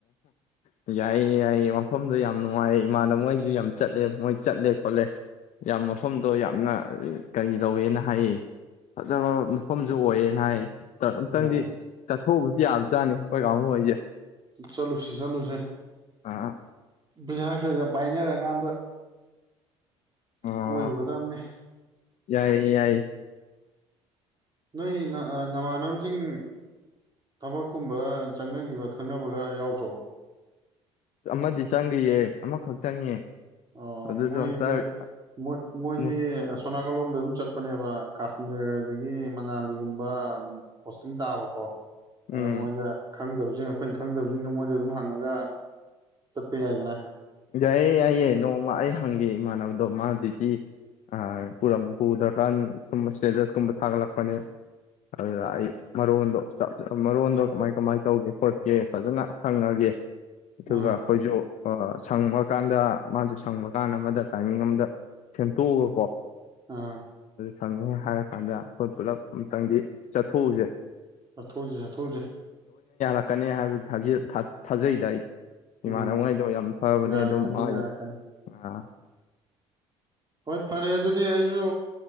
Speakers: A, on the left (about 50°); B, on the right (about 25°).
A: ꯑꯣ ꯌꯥꯏꯌꯦ ꯌꯥꯏꯌꯦ ꯃꯐꯝꯗꯣ ꯌꯥꯝ ꯅꯨꯡꯉꯥꯏ ꯏꯃꯥꯅꯕ ꯃꯣꯏꯁꯨ ꯌꯥꯝ ꯆꯠꯂꯦ ꯃꯣꯏ ꯆꯠꯂꯦ ꯈꯣꯠꯂꯦ ꯌꯥꯝ ꯃꯐꯝꯗꯣ ꯌꯥꯝꯅ ꯀꯔꯤ ꯂꯧꯧꯋꯦꯅ ꯍꯥꯏꯌꯦ ꯐꯖꯕ ꯃꯐꯝꯁꯨ ꯑꯣꯏꯌꯦꯅ ꯍꯥꯏꯌꯦ ꯑꯨꯛꯇꯪꯗꯤ
B: ꯑꯣ
A: ꯆꯠꯊꯣꯛꯎꯑꯕꯁꯨ ꯌꯥꯗ ꯆꯥꯅꯤ ꯑꯩꯈꯣꯏ ꯀꯥꯡꯕꯨ ꯑꯣꯏꯁꯦ
B: ꯆꯠꯂꯨꯁꯦ ꯆꯠꯂꯨꯁꯦ
A: ꯑꯥ
B: ꯄꯩꯁꯥ ꯈꯔ ꯈꯔ ꯄꯥꯏꯅꯔꯀꯥꯟꯗ
A: ꯑꯣ
B: ꯀꯣꯏꯔꯨꯒꯗꯕꯅꯦ
A: ꯌꯥꯏꯌꯦ ꯌꯥꯏꯌꯦ
B: ꯅꯣꯏ ꯅꯃꯥꯟꯅꯕꯁꯤꯡ ꯊꯕꯛꯀꯨꯝꯕ ꯆꯪꯅꯈꯤꯕ ꯈꯪꯅꯕꯒ ꯌꯥꯎꯗ꯭ꯔꯣ
A: ꯑꯃꯗꯤ ꯆꯪꯈꯤꯌꯦ ꯑꯃꯈꯛ ꯆꯪꯉꯦ
B: ꯑꯣ
A: ꯑꯗꯨꯁꯨ
B: ꯃꯣꯏꯗ
A: ꯍꯟꯇꯛ
B: ꯃꯣꯏ ꯃꯣꯏꯗꯤ
A: ꯃꯨ-
B: ꯁꯅꯥ ꯅꯥꯜꯂꯣꯝꯗ ꯑꯗꯨꯝ ꯆꯠꯄꯅꯦꯕ ꯀꯥꯥꯁꯃꯃꯤꯔꯗꯤꯗꯒꯤ ꯃꯅꯥꯂꯤꯒꯨꯝꯕ ꯄꯣꯁꯇꯤꯡ ꯇꯥꯕꯀꯣ ꯑꯗꯨꯅ
A: ꯎꯝ
B: ꯃꯣꯏꯗ ꯈꯪꯗꯕꯁꯤꯡ ꯑꯩꯈꯣꯏꯅ ꯈꯪꯗꯕꯁꯤꯡꯗꯣ ꯃꯣꯏꯗ ꯑꯗꯨꯝ ꯍꯪꯉꯒ ꯆꯠꯄ ꯌꯥꯏꯗꯅ
A: ꯌꯥꯏꯌꯦ ꯌꯥꯏꯌꯦꯦ ꯅꯣꯡꯃ ꯑꯩ ꯍꯪꯒꯦ ꯏꯃꯥꯟꯅꯕꯗꯣ ꯃꯥꯗꯨꯗꯒꯤ ꯄꯨꯔ ꯄꯨꯗ꯭ꯔꯀꯥꯟ ꯁꯨꯝ ꯏꯁꯇꯦꯇꯁꯀꯨꯝꯕ ꯊꯥꯒꯠꯂꯛꯄꯅꯦ ꯑꯗꯨꯗ ꯑꯩ ꯃꯔꯣꯟꯗꯣ ꯃꯔꯣꯟꯗꯣ ꯀꯃꯥꯏ ꯀꯃꯥꯏꯅ ꯇꯧꯒꯦ ꯈꯣꯠꯀꯦ ꯐꯖꯅ ꯍꯪꯉꯒꯦ ꯑꯗꯨꯒ
B: ꯑꯥ
A: ꯑꯩꯈꯣꯏꯁꯨ ꯑꯣ ꯁꯪꯕꯀꯥꯟꯗ ꯃꯥꯗꯨ ꯁꯪꯕ ꯀꯥꯟꯗ ꯑꯃꯗ ꯇꯥꯏꯃꯤꯡ ꯑꯃꯝꯗ ꯁꯦꯝꯗꯣꯛꯑꯒꯀꯣ
B: ꯑꯥ
A: ꯐꯪꯉꯦ ꯍꯥꯏꯔ ꯀꯥꯟꯗ ꯑꯩꯈꯣꯏ ꯄꯨꯜꯂꯞ ꯑꯃꯨꯛꯇꯪꯗꯤ ꯆꯠꯊꯣꯛꯎꯁꯦ
B: ꯆꯠꯊꯣꯛꯁꯤ ꯆꯠꯊꯣꯛꯁꯤꯦ
A: ꯀꯅꯤ ꯍꯥꯏꯕ ꯊꯥꯖꯩꯗ ꯑꯩ ꯏꯃꯥꯟꯉꯩꯗ
B: ꯎꯝ
A: ꯐꯕꯅꯤ
B: ꯌꯥꯔꯛꯀꯅꯤ
A: ꯑꯗꯨꯝ ꯃꯥ
B: ꯌꯥꯔꯛꯀꯅꯤ
A: ꯑꯥ
B: ꯍꯣꯏ ꯐꯔꯦ ꯑꯗꯨꯗꯤ ꯑꯩꯁꯨ